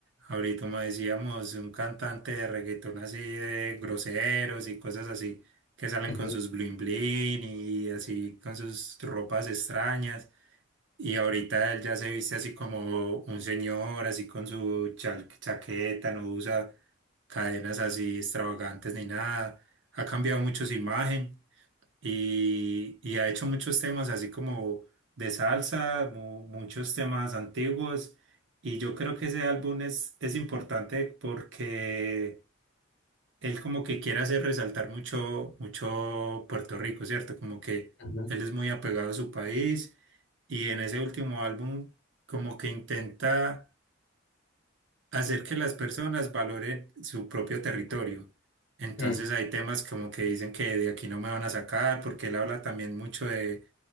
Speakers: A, on the right; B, on the left.
A: ahorita, como decíamos, un cantante de reggaetón así de groseros y cosas así, que salen
B: Ujú.
A: con
B: Ujú.
A: sus bling bling y así con sus ropas extrañas. Y ahorita él ya se viste así como un señor, así con su chal- chaqueta, no usa cadenas así extravagantes ni nada. Ha cambiado mucho su imagen y, y ha hecho muchos temas así como de salsa, mu- muchos temas antiguos. Y yo creo que ese álbum es, es importante porque él como que quiere hacer resaltar mucho, mucho Puerto Rico, ¿cierto? Como que
B: <laughs>
A: él es muy apegado a su país y en ese último álbum como que intenta hacer que las personas valoren su propio territorio. Entonces
B: Mm.
A: hay temas como que dicen que de aquí no me van a sacar, porque él habla también mucho de,